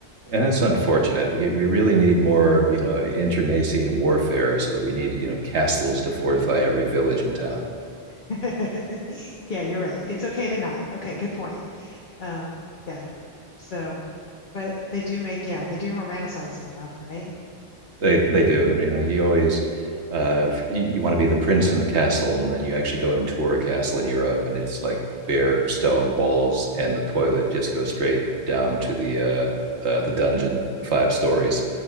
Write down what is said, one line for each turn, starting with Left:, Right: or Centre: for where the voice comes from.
Left: that'd
Right: and it's
Left: be cool.
Right: unfortunate. We we really need more, you know, internecine warfare so that we need, you know, castles to fortify every village and town.
Left: <laughs> Yeah, you're right. It's okay to not. Okay, good point. Um, yeah. So, but they do make, yeah, they do romanticize them enough, right?
Right: They they do. You know, you always uh you, you want to be the prince in the castle and then you actually go and tour a castle in Europe and it's like bare stone walls and the toilet just goes straight down to the uh, uh the dungeon five stories.